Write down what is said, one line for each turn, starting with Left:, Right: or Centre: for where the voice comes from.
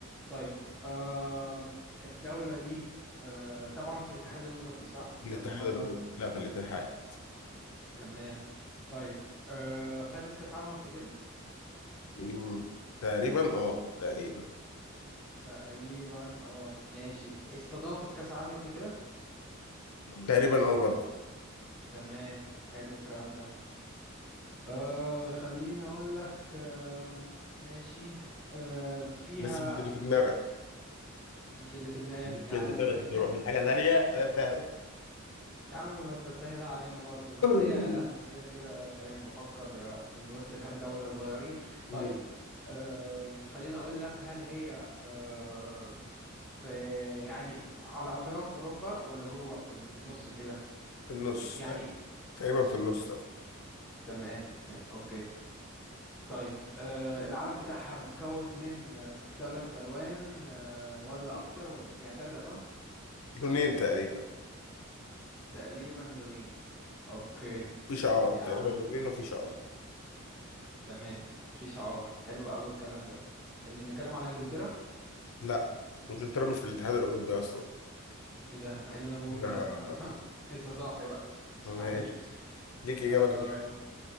Centre: طيب آم، الدوله دي آه، طبعا في الاتحاد الاوروبي صح
Left: الاتحاد
Centre: ولا بره
Left: الأوروبي لا في الاتحاد
Centre: تمام طيب آه، خدت كاس عالم قبل كده
Left: مم. تقريبا اه تقريبا
Centre: تقريبا اه ماشي استضافت كأس عالم قبل كده
Left: تقريبا اه برضه
Centre: تمام حلو الكلام ده آه خليني اقول لك آه ماشي آه فيها
Left: بس مش اللي في دماغك
Centre: مش اللي في دماغي
Left: ممكن
Centre: يعني
Left: دماغك تروح
Centre: <laughs>
Left: لحاجة ثانية أنا فاهم
Centre: يا عم ما انت تسهلها علينا برضو بس
Left: <laughs>
Centre: هي لا بس هي كده تمام بفكر آه، من وسط كام دولة صغيرين
Left: مم.
Centre: طيب آه خليني اقول لك هل هي آه في يعني على اطراف اوروبا ولا جوه في في النص كده
Left: في النص
Centre: يعني
Left: تقريبا تقريبا في النص ده.
Centre: تمام فاهم اوكي طيب آه العلم بتاعها متكون من آه تلات الوان آه ولا اكتر ولا يعني تلات الوان
Left: لونين تقريبا
Centre: تقريبا لونين اوكي
Left: في شعار
Centre: يعني
Left: تقريبا لونين وفي شعار
Centre: تمام في شعار حلو قوي الكلام ده نتكلم على انجلترا
Left: لا انجلترا مش في الاتحاد
Centre: مم.
Left: الأوروبي أصلا
Centre: ايه ده ايه اللي انا بقوله
Left: كده
Centre: ده <laughs> انا لسه صاحي بقى <laughs>
Left: ماشي
Centre: معلش
Left: ليك إجابة
Centre: آه
Left: كمان